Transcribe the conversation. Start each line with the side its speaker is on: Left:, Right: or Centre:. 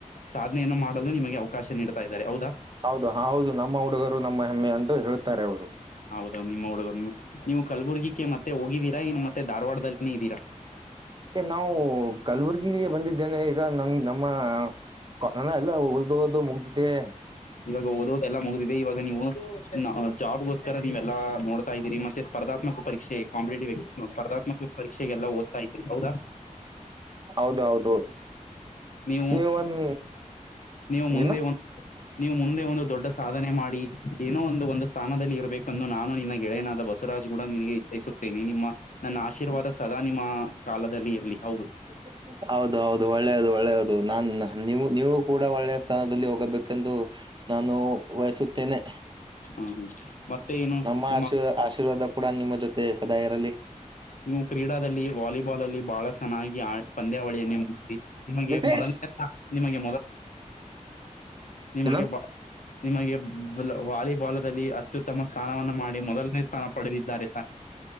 Left: ಸಾಧನೆಯನ್ನು ಮಾಡಲು ನಿಮಗೆ ಅವಕಾಶ ನೀಡ್ತಾ ಇದ್ದಾರೆ ಹೌದಾ.
Right: ಹೌದು ಹೌದು ನಮ್ಮ ಹುಡುಗರು ನಮ್ಮ ಹೆಮ್ಮೆ ಅಂತ ಹೇಳುತಾರೆ ಅವರು.
Left: ಹೌದೌದು ನಿಮ್ಮ ಹುಡುಗರು ನಿಮ್ ನೀವು ಕಲಬುರ್ಗಿಕ್ಕೆ ಮತ್ತೆ ಹೋಗಿದ್ದೀರಾ ಇನ್ನು ಮತ್ತೆ ಧಾರವಾಡದಲ್ಲಿನೇ ಇದ್ದೀರಾ.
Right: ನಾವು ಕಲಬುರ್ಗಿಗೆ ಬಂದಿದ್ದೇನೆ. ಈಗ ನಮ ನಮ್ಮ ಕ ಎಲ್ಲ ಓದೋದು ಮುಗ್ದೀದೆ.
Left: ಇವಾಗ ಓದೋದೆಲ್ಲಾ ಮುಗ್ದಿದೆ ಇವಾಗ ನೀವು ನಾ ಜಾಬ್ಗೋಸ್ಕರ ನೀವೆಲ್ಲಾ ನೋಡ್ತಾ ಇದ್ದೀರಿ. ಮತ್ತೆ ಸ್ಪರ್ಧಾತ್ಮಕ ಪರೀಕ್ಷೆ ಕಾಂಪಟೇಟಿವ್ ಎಕ್ಸಾ ಸ್ಪರ್ಧಾತ್ಕ ಪರೀಕ್ಷೆಗೆಲ್ಲ ಓದ್ತಾ ಇದೀನರಿ ಹೌದಾ.
Right: ಹೌದೌದು
Left: ನೀವು
Right: ನೀವ ಒಂದ
Left: ನೀವು ಮುಂದೆ
Right: ಏನ
Left: ಒಂ ನೀವು ಮುಂದೆ ಒಂದು ದೊಡ್ಡ ಸಾಧನೆ ಮಾಡಿ ಏನೋ ಒಂದು ಒಂದ ಸ್ಥಾನದಲ್ಲಿ ಇರಬೇಕಂದು, ನಾನು ನಿನ್ನ ಗೆಳೆಯನಾದ ಬಸ್ ಸವರಾಜ್ ಗೊಡ ನಿಮ್ಗೆ ಇಚ್ಛಿಸುತ್ತೇನೆ ನಿಮ್ಮ ನನ್ನ ಆಶೀರ್ವಾದ ಸದಾ ನಿಮ್ಮ ಕಾಲದಲ್ಲಿ ಇರ್ಲಿ ಹೌದು.
Right: <inaudible> ಹೌದು ಹೌದು ಒಳ್ಳೇದು ಒಳ್ಳೇದು ನಾನ್ ನೀವು ನೀವು ಕೂಡ ಒಳ್ಳನಯ ಸ್ಥಾನದಲ್ಲಿ ಹೋಗಬೇಕೆಂದು. ನಾನು ವಯಸುತ್ತೇನೆ.
Left: ಹ್ಮ ಮತ್ತೆ ಏನು
Right: ನಮ್ಮ
Left: ನಿಮ್ಮ
Right: ಆಶೀರ್ ಆಶೀರ್ವಾದ ಕೂಡ ನಿಮ್ಮ ಜೊತೆ ಸದಾ ಇರಲಿ.
Left: ನೀವು ಕ್ರೀಡಾದಲ್ಲಿ ವಾಲಿಬಾಲ್ ಅಲ್ಲಿ ಬಹಳ ಚೆನ್ನಾಗಿ ಆ ಪಂದ್ಯಾವಳಿಯನ್ನೇ ಮು ನಿಮಗೆ
Right: ನಿತೇಶ್
Left: ಮೊದನೇ ನಿಮಗೆ ಮೊದ ನಿಮಗೆ
Right: ಏನು
Left: ಬ ನಿಮಗೆ ಬ್ಲಾ ವಾಲಿಬಾಲ್ ಅಲ್ಲಿ. ಅತ್ಯುತ್ತಮ ಸ್ಥಾನವನ್ನು ಮಾಡಿ ಮೊದಲನೇ ಸ್ಥಾನ ಪಡೆದಿದ್ದಾರೆ ತಾನೆ.